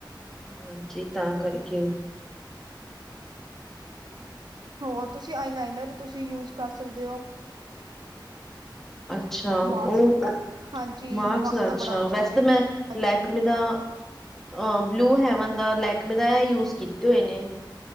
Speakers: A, in the centre; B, on the right.
A: ਹਾਂਜੀ ਤਾਂ ਕਰਕੇ।
B: ਹੋਰ ਤੁਸੀਂ ਆਈ ਲਈਨਰ ਤੁਸੀਂ ਯੂਜ ਕਰ ਸਕਦੇ ਹੋ।
A: ਅੱਛਾ!
B: ਮਾਰਸ
A: ਉਹ।
B: ਹਾਂਜੀ
A: ਮਾਰਕਸ
B: ਮਾਰਸ
A: ਦਾ ਅੱਛਾ
B: ਬੜਾ
A: ਵੈਸੇ
B: ਏ
A: ਤਾਂ
B: ਹਾਂਜੀ
A: ਮੈਂ ਲੈਕਮੇ ਦਾ ਅ ਬਲੂ ਹੈਵਨ ਦਾ ਲੈਕਮੇ ਦਾ ਇਹ ਯੂਜ ਕੀਤੇ ਹੋਏ ਨੇ।